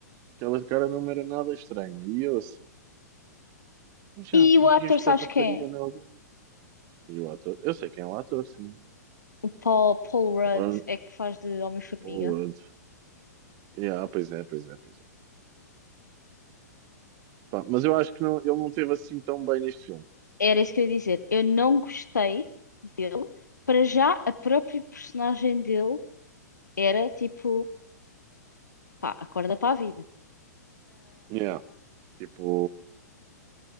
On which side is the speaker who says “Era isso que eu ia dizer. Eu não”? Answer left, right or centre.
Left